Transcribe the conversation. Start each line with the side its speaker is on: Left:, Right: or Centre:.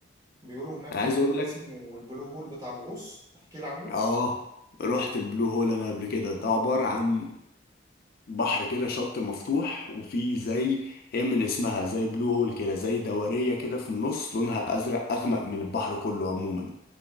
Right: بيقولوا هناك في
Left: أنا عايز
Right: مكان
Left: أقول لك
Right: اسمه البلو هول بتاع الغوص احكي لي عنه
Left: آه رحت البلو هول أنا قبل كده ده عبارة عن بحر كده شط مفتوح وفي زي هي من اسمها زي بلو هول كده زي دورية كده في النص لونها أزرق أغمق من البحر كله عموما